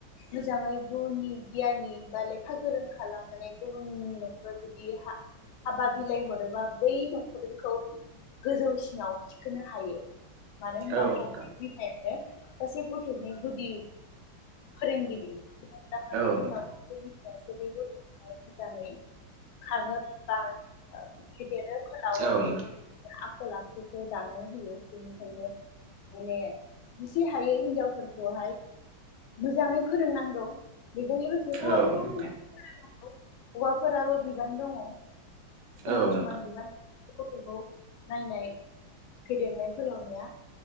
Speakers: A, on the left; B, on the right.
A: मोजाङै गुनि गियानि बा लेखा गोरों खालामनानै गुबुननि न'खराव जुदि हाबा बिलाइ हरोबा बै न'खरखौ गोजौसिनाव थिखोनो हायो मानो होनबा
B: औ
A: सासे
B: नोंथां
A: बिमायानो सासे गथ'नि गुदि फोरोंगिरि <inaudible>
B: औ नोंथां औ नोंथां
A: बिखायासो बे गथ'खौहाय मोजाङै खाङोब्ला फेदेरो फोलावो
B: औ नोंथां
A: आखल आखु खौ दानानै होयो बेनिखायनो माने एसे हायो हिनजावफोरखौहाय मोजाङै फोरोंनांगौ बेजों लोगोसे ए हौवाखौबो
B: औ नोंथां
A: मोजां हौवाफोराबो बिबान दङ' समान
B: औ नोंथां
A: समान बिबान गथ'खौ नायनाय फेदेरनाय फोलावनाया